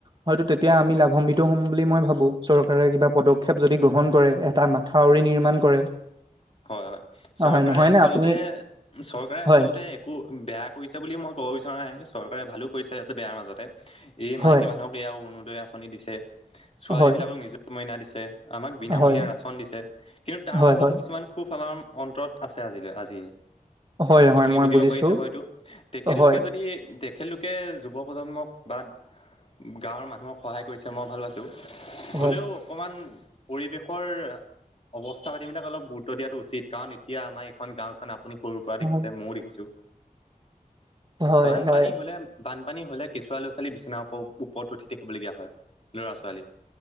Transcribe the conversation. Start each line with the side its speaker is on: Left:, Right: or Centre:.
Right: হয়তো তেতিয়া আমি লাভাম্বিত হম বুলি মই ভাবো চৰকাৰে কিবা পদক্ষেপ যদি গ্ৰহণ কৰে এটা মান থাউৰ নিৰ্মাণ কৰে।
Left: হয়, হয়, চৰকাৰে
Right: হয় নহয়
Left: আচলতে,
Right: নে আপুনি
Left: চৰকাৰে
Right: হয়
Left: আচলতে একো বেয়া কৰিছে বুলি মই ক'ব বিচৰা নাই। চৰকাৰে ভালো কৰিছে। ইতে বোৰ মাজতে এই
Right: হয়
Left: মাইকী মানুহক সয়াও অৰুণোদয় আঁচনি দিছে। ছোৱালীবিলাকক
Right: হয়
Left: নিযুত মইনা দিছে। আমাক বিনামূলীয়া
Right: হয়
Left: ৰাচন দিছে কিন্তু তাৰ
Right: হয়
Left: মাজতো
Right: হয়
Left: কিছুমান সুফালৰ অন্তত আছে আজিলৈ আজিয়ে।
Right: হয় হয়
Left: আপুনি
Right: মই
Left: বুজিব
Right: বুজিছো
Left: পাৰিছে হয়তো তেখেতলোকে
Right: হয়
Left: যদি তেখেতক কে যুৱ প্ৰজন্মক বা গাঁৱৰ মানুহক সহায় কৰিছে মই ভাল পাইছোঁ।
Right: হয়
Left: হ'লেও অকমান পৰিৱেশৰ অৱস্থা পাতিবিলাক অলপ বু গুৰুত্ব দিয়াটো উচিত কাৰণ এতিয়া আমাৰ এইখন গাঁওখন আপুনি সৰুৰ পৰা
Right: হয়
Left: দেখিছে ময়ো দেখিছোঁ।
Right: হয়
Left: বানপানী
Right: হয় হয়
Left: হলে বানপানী হ'লে কেঁচুৱা লৈ পেলাই বিচনাৰ ওপৰত উঠি থাকিবলগীয়া হয়। ল'ৰা, ছোৱালী